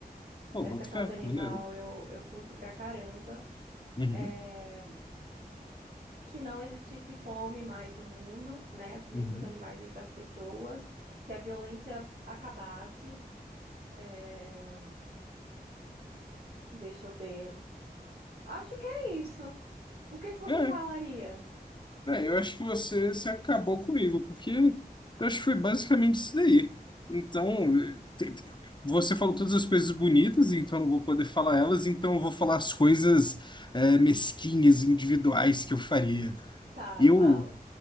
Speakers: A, on the left; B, on the right.
A: Pô,
B: Essa
A: boto
B: causa
A: fé,
B: animal
A: maneiro.
B: eu, eu curto pra caramba.
A: Uhum.
B: É, Que não existisse fome mais no mundo, né? Nem
A: Uhum.
B: para os animais, nem para as pessoas. Que a violência acabasse. É, Deixa eu ver. Acho que é isso. O que que você
A: É,
B: falaria?
A: é, eu acho que você se acabou comigo, porque eu acho que foi basicamente isso daí. Então, te- te- você falou todas as coisas bonitas, então eu não vou poder falar elas, então eu vou falar as coisas é, mesquinhas, individuais que eu faria.
B: Tá,
A: Eu,
B: fala.